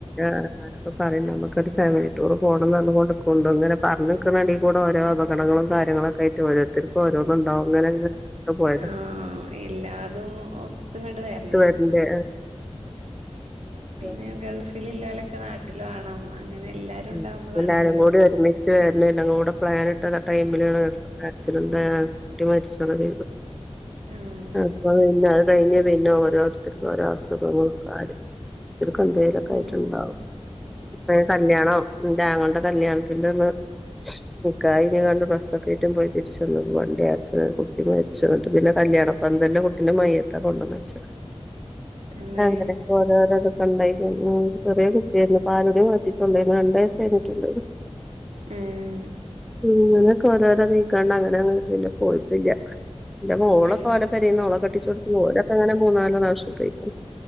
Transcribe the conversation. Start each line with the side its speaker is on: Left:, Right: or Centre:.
Centre: എറെമാരൊക്കെ പറയണ്ട് നമ്മുക്കൊരു ഫാമിലി ടൂർ പോണംന്ന് കൊണ്ട്ടുക്കുംണ്ട് ഇങ്ങനെ പറഞ്ഞ നിക്കണ അണങ്ക കൂടെ ഓരോ അപകടങ്ങളും കാര്യങ്ങളൊക്കെയിട്ട് ഓരോരുത്തർക്കും ഓരോന്നുണ്ടാവും അങ്ങനെ പ്പോയിട്ട്
Right: ആഹ് എല്ലാതും ഒത്തങ്ങട്ട വരണം
Centre: വരണ്ടേ ആഹ്
Right: പിന്നെ ഗൾഫിൽ <unintelligible> നാട്ടിൽ വേണം അങ്ങനെ എല്ലാരും
Centre: ഉ
Right: ഉണ്ടാവുമ്പോളാണല്ലോ
Centre: എല്ലാരും
Right: രസം
Centre: കൂടി ഒരുമിച്ച് വരുന്നല്ല കൂടെ പ്ലാൻ ഇട്ടിത ടൈമിലണ് ആക്സിഡന്റ് കുട്ടി മരിച്ച്
Right: ആഹ്
Centre: <inaudible> അപ്പൊ പിന്ന അത് കഴിഞ്ഞ പിന്നെ ഓരോരുത്തർക്കും ഓരോ അസുഖങ്ങൾ <unintelligible> അവർക്കെന്തേലുവൊക്കെ
Right: ആഹ്
Centre: ആയിട്ട്ണ്ടാവും ഇപ്പഴും കല്യാണം ന്റെ ആങ്ങള്ടെ കല്യാണത്തിന്റന്ന് ഇക്കയും <unintelligible> ഡ്രസ്സ്‌ ഒക്കെ എട്ടും പോയി തിരിച്ചുവന്നപ്പോ വണ്ടി ആക്‌സിഡന്റ് കുട്ടി മരിച്ചു അന്നിട്ടു പിന്നെ കല്യാണപന്തലിൽ കുട്ടീടെ മയ്യത്താ കൊണ്ടൊന്നു വെച്ചാ
Right: തന്നെ
Centre: അങ്ങനോക്കെ ഓരോരോ <unintelligible> ചെറിയ കുട്ടിയായിരുന്നു പാലുടി രണ്ട്‌ വയസ് കഴിഞ്ഞിട്ടുള്ളൂ
Right: ആഹ്
Centre: അങ്ങനൊക്കെ ഓരോരോ നീക്കാണ്ട് അങ്ങനങ്ങനെ പിന്നെ പോയിട്ടില്ല എന്റെ മോളൊക്കെ
Right: അങ്ങനെ
Centre: ഒലെ പേരെന്ന് ഓളെക്കെട്ടിച്ച് കൊടു രൊക്കെ അങ്ങനെ മൂന്നാല് പ്രാവശ്യം കൈയിക്കും